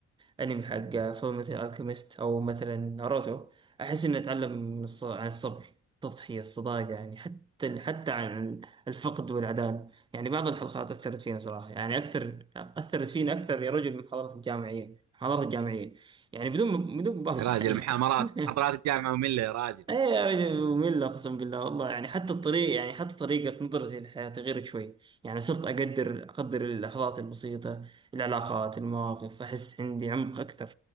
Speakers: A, on the right; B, on the right.
A: أنمي حق فيلم مثل ألكيميست أو مثلا ناروتو أحس إني أتعلم من الص- عن الصبر التضحية الصداقة يعني حتى حتى عن الفقد والعداله يعني بعض الحلقات أثرت فينا صراحة يعني أكثر أثرت فينا أكثر يا رجل من محاضرات الجامعية محاضرات الجامعية يعني بدون بدون مبالغة
B: يا راجل
A: يعني
B: محاضرات
A: <laughs>
B: محاضرات الجامعة مملة يا راجل
A: ايه يا رجل ممل اقسم بالله والله يعني حتى الطريق يعني حتى طريقة نظرتي للحياة غيرت شوي يعني صرت اقدر اقدر اللحظات البسيطة العلاقات المواقف احس عندي عمق اكثر